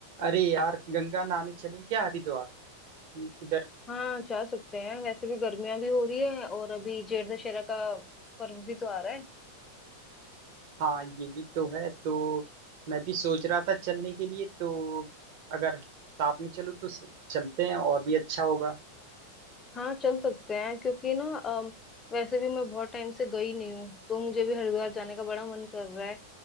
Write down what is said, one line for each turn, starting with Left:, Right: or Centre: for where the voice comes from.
Right: अरे यार गंगा नहाने चलें क्या हरिद्वार इधर
Left: हाँ जा सकते हैं वैसे भी गर्मियां भी हो रही है और अभी जेठ दशहरा का पर्व भी तो आ रहा है
Right: हाँ ये भी तो है तो मैं भी सोच रहा था चलने के लिए तो अगर साथ में चलो तो स- चलते हैं और भी अच्छा होगा
Left: हाँ चल सकते हैं क्योंकि ना अम, वैसे भी मैं बहुत टाइम से गई नहीं हूँ तो मुझे भी हरिद्वार जाने का बड़ा मन कर रहा है